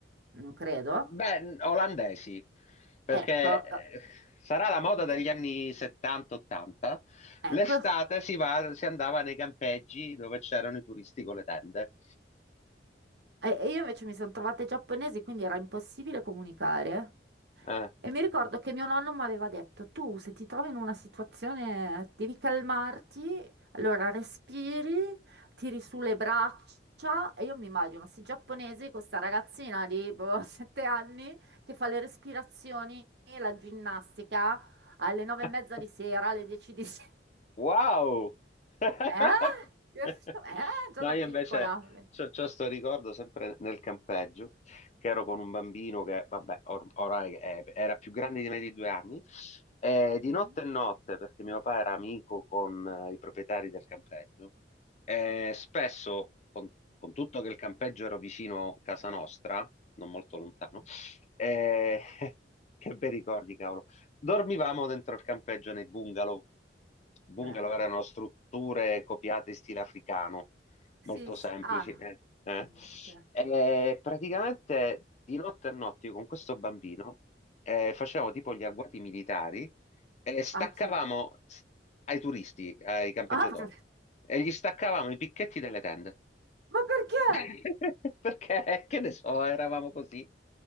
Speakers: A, on the right; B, on the left.
A: Non credo.
B: Beh, olandesi, perché
A: Ecco, eh,
B: eh, sarà la moda degli
A: eh,
B: anni 70-80.
A: ecco,
B: L'estate
A: <laughs>
B: si va- si andava nei campeggi dove c'erano i turisti con le tende.
A: E e io invece mi sono trovata ai giapponesi, quindi era impossibile comunicare.
B: Eh.
A: E mi ricordo che mio nonno mi aveva detto, tu se ti trovi in una situazione devi calmarti, allora respiri, tiri su le braccia. E io mi immagino questi giapponesi, questa ragazzina di boh, <laughs> sette anni che fa le respirazioni e la ginnastica alle
B: <laughs>
A: nove e mezza di sera, alle 10 di sera.
B: Wow! <laughs>
A: <laughs> Eh? <laughs> Eh? Già
B: No,
A: da
B: io
A: piccola.
B: invece c'ho, c'ho sto ricordo sempre nel campeggio, che ero con un bambino che, vabbè, or- orai è- era più grande di me di due anni, e di
A: Mm,
B: notte e notte, perché mio papà era amico con eh, i proprietari del campeggio, e spesso, con, con tutto che il campeggio era vicino a casa nostra, non molto lontano,
A: mm,
B: eh, <laughs> che bei ricordi, dormivamo dentro il campeggio nei bungalow. Bungalow
A: Belli.
B: erano strutture copiate in stile africano,
A: Sì,
B: molto
A: sì.
B: semplici.
A: Ah,
B: eh, eh.
A: non è- ok.
B: E praticamente di notte a notte io con questo bambino eh, facevo tipo gli agguati militari e staccavamo
A: A chi?
B: s- ai turisti, ai campeggiatori,
A: Ah, <laughs>
B: e gli staccavamo i picchetti delle tende.
A: ma perché?
B: <laughs>
A: <gasps>
B: Perché, che ne so, eravamo così.